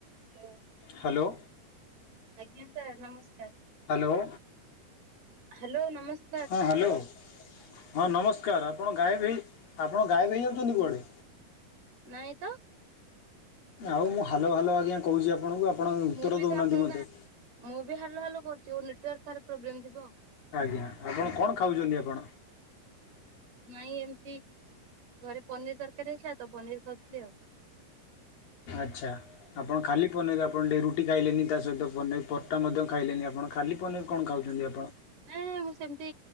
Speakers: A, on the right (about 70°); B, on the left (about 60°).
A: Hello
B: hello.
A: ଆଜ୍ଞା sir ନମସ୍କାର।
B: Hello.
A: Hello ନମସ୍
B: ହଁ ହ୍ୟାଲୋ ହଁ ନମସ୍କାର ଆପଣ ଗାଏବେ ହେଇ ଆପଣ ଗାଏବେ ହେଇଯାଉଛନ୍ତି କୁଆଡ଼େ?
A: ନାଇଁ ତ।
B: ଆଉ ମୁଁ ହାଲୋ ହାଲୋ ଆଜ୍ଞା କହୁଛି। ଆପଣଙ୍କୁ ଆପଣ ଉତ୍ତର
A: ମୁଁ ବି
B: ଦେଉନାହାନ୍ତି
A: ତ ଆପଣଙ୍କୁ
B: ମୋତେ।
A: ମୁଁ ବି ହାଲୋ ହାଲୋ କରୁଛି ଆଉ ନେଟୱାର୍କ ତାହାଲେ ପ୍ରୋବ୍ଲେମ ଥିବ ଆଉ।
B: ଆଜ୍ଞା ଆପଣ କଣ ଖାଉଚନ୍ତି ଆପଣ?
A: ନାଇଁ ଏମତି ଘରେ ପନିର ତରକାରୀ ହେଇଥିଲା ତ ପନିର ଖାଉଥିଲି ଆଉ।
B: ଆଚ୍ଛା। ଆପଣ ଖାଲି ପନିର ଆପଣ ଟେ ରୁଟି ଖାଇଲେନି ତା ସହିତ ପନିର ପଟା ମଧ୍ୟ ଖାଇଲେନି ଆପଣ। ଖାଲି ପନିର୍ କଣ ଖାଉଚନ୍ତି ଆପଣ।
A: ନାଇଁ <unintelligible> ମୁଁ ସେମିତି